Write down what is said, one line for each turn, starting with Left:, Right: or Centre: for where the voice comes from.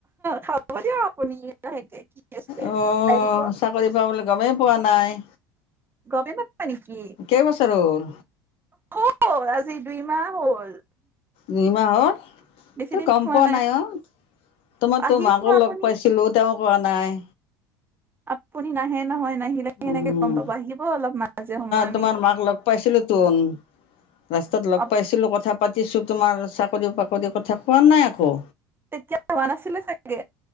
Right: খাব দিয়ক আপুনি <unintelligible>
Left: অ', চাকৰি পাওঁ বুলি গমেই পোৱা নাই
Right: গমেই নাপায় নেকি
Left: কেইবছৰ হ'ল?
Right: অ আজি দুইমাহ হ'ল
Left: দুই মাহৰ‌
Right: বেছি
Left: তই
Right: দিন
Left: গম
Right: হোৱা
Left: পোৱা নাই অ তোমাৰ
Right: আহিব
Left: তো মাকো লগ
Right: আপুনি
Left: পাইছিলো তেওঁক পোৱা নাই
Right: আপুনি নাহে নহয় নাহিলে কেনেকে
Left: উম,
Right: গম পাব আহিব অলপ মাজে সময় আমি
Left: তোমাৰ মাক লগ পাইছিলোঁ তোন। ৰাস্তাত লগ
Right: <unintelligible>
Left: পাইছিলোঁ, কথা পাতিছোঁ তোমাৰ চাকৰি বাকৰি কথা কোৱা নাই আকৌ
Right: তেতিয়া হোৱা নাছিলে চাগে